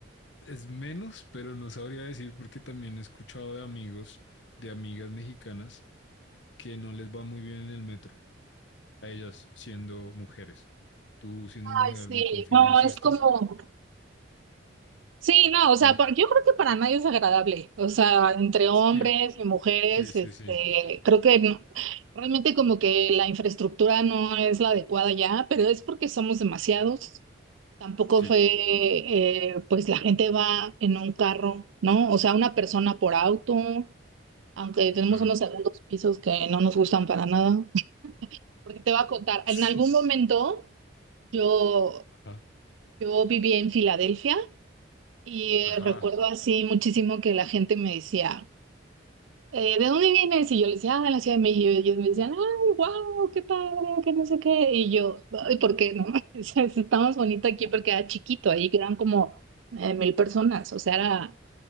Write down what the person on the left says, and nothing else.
es menos, pero no sabría decir porque también he escuchado de amigos, de amigas mexicanas, que no les va muy bien en el metro, a ellas siendo mujeres. Tú siendo mujer,
¿me confirmas
esto?
Sí,
sí,
sí, sí,
sí,
sí,
claro.
<laughs>
Sí.
Ajá,
ajá,